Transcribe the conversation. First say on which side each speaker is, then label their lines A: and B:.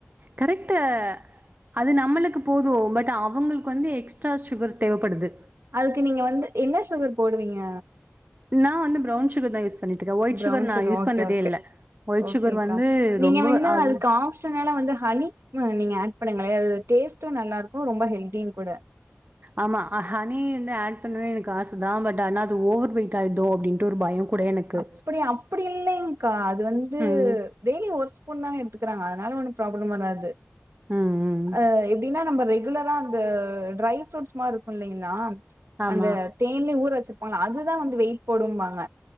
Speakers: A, on the right; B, on the right.
A: கரெக்டு அது நம்மளுக்கு போது பட் அவங்களுக்கு வந்து எக்ஸ்ட்ரா சுகர் தேவப்படுது
B: அதுக்கு நீங்க வந்து என்ன சுகர் போடுவீங்க
A: நா வந்து ப்ரௌன் சுகர் தா யூஸ் பண்ணிட்டுக்கே ஒயிட்
B: ப்ரவுன்
A: சுகர் நா யூஸ்
B: ஓகே,
A: பண்றதே
B: ஓகே.
A: இல்ல ஒயிட்
B: ஓகேக்கா.
A: சுகர் வந்து
B: நீங்க
A: ரொம்ப
B: வேணா
A: ஆது
B: அதுக்கு ஆப்ஷனலா வந்து ஹனி நீங்க ஆட் பண்ணுங்களே அது டேஸ்ட்டு நல்லாருக்கு ரொம்ப ஹெல்தியு கூட
A: ஆமா ஹனி வந்து ஆட் பண்ணவே எனக்கு ஆச தா பட் ஆனா அது ஓவர் வெயிட் ஆயிடுதோ அப்டின்ட்டு ஒரு பயோ கூட எனக்கு
B: அப்டி அப்டி இல்லங்க்கா அது வந்து
A: ம்
B: டெய்லி ஒரு ஸ்பூன்தனே எடுத்துக்ராங்க அதனால ஒன்னு ப்ராப்ளம் வராது
A: ம் ம்
B: அ எப்டினா நம்ம ரெகுலரா அந்த ட்ரை ஃப்ரூட்ஸ் மாரி இருக்கு இல்லங்களா
A: ஆமா
B: அந்த தேன்லயே ஊற வச்சிருப்பாங்கள அதுதா வந்து வெயிட் போடும்பாங்க